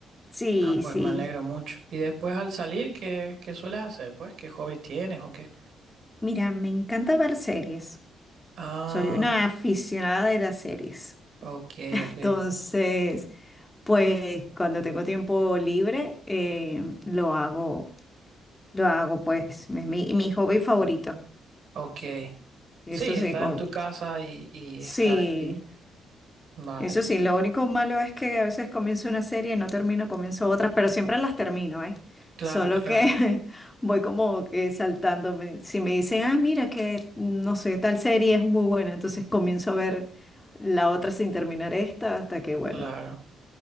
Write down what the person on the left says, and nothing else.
Sí,
sí.
Mira, me encanta ver series.
Soy una aficionada de las series.
Entonces,
pues cuando tengo tiempo libre, eh, lo hago, lo hago, pues, es mi, mi hobby favorito.
Eso
sí,
con-
sí,
Eso sí, lo único malo es que a veces comienzo una serie y no termino, comienzo otras, pero siempre las termino, ¿eh?
Solo
que <laughs> voy como que saltándome. Si me dicen, ah, mira que, no sé, tal serie es muy buena, entonces comienzo a ver la otra sin terminar esta hasta que, bueno,